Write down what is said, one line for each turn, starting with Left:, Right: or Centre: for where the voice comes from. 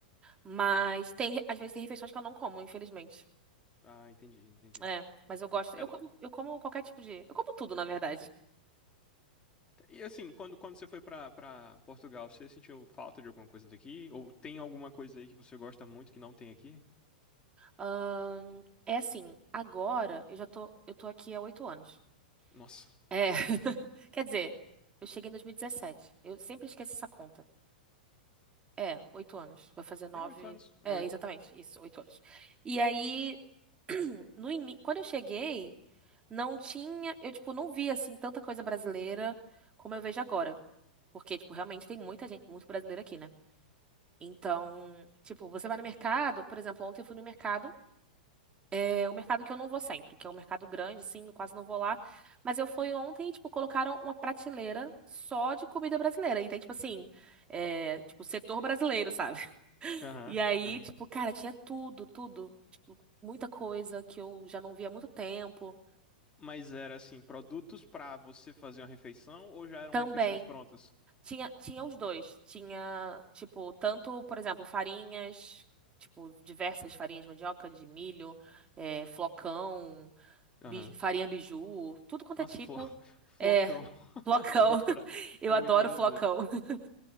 Right: mas tem, às vezes tem refeições que eu não como, infelizmente.
Left: Ah, entendi, entendi.
Right: É, mas eu gosto.
Left: É,
Right: Eu
Left: d-
Right: como, eu como qualquer tipo de. Eu como tudo, na verdade.
Left: e assim, quando, quando você foi pra para Portugal, você sentiu falta de alguma coisa daqui? Ou tem alguma coisa aí que você gosta muito que não tem aqui?
Right: Ahn, é assim, agora eu já tô. Eu tô aqui há oito anos.
Left: Nossa,
Right: É. <laughs> Quer dizer, eu cheguei em 2017. Eu sempre esqueço essa conta. É, oito anos. Vai fazer nove.
Left: é oito anos, é
Right: É,
Left: oito.
Right: exatamente. Isso, oito anos. E aí, <clears throat> no ini... quando eu cheguei, não tinha. Eu, tipo, não via assim tanta coisa brasileira como eu vejo agora. Porque, tipo, realmente tem muita gente, muito brasileiro aqui, né? Então, tipo, você vai no mercado, por exemplo, ontem eu fui no mercado, é o mercado que eu não vou sempre, que é um mercado grande, sim, eu quase não vou lá, mas eu fui ontem e, tipo, colocaram uma prateleira só de comida brasileira, e tem, tipo assim, é, tipo, setor brasileiro, sabe? <laughs>
Left: Aham,
Right: E aí,
Left: aham.
Right: tipo, cara, tinha tudo, tudo, tipo, muita coisa que eu já não via há muito tempo,
Left: Mas era assim, produtos pra você fazer uma refeição ou já eram
Right: também,
Left: refeições prontas?
Right: tinha, tinha os dois, tinha, tipo, tanto, por exemplo, farinhas, tipo, diversas farinhas de mandioca, de milho, é, flocão.
Left: Aham.
Right: bi- farinha biju, tudo quanto
Left: Nossa,
Right: é tipo.
Left: flo... <laughs> flocão.
Right: É,
Left: <laughs>
Right: flocão.
Left: É muito,
Right: <laughs>
Left: bra...
Right: Eu
Left: é
Right: adoro
Left: muito brasileiro.
Right: flocão. <laughs>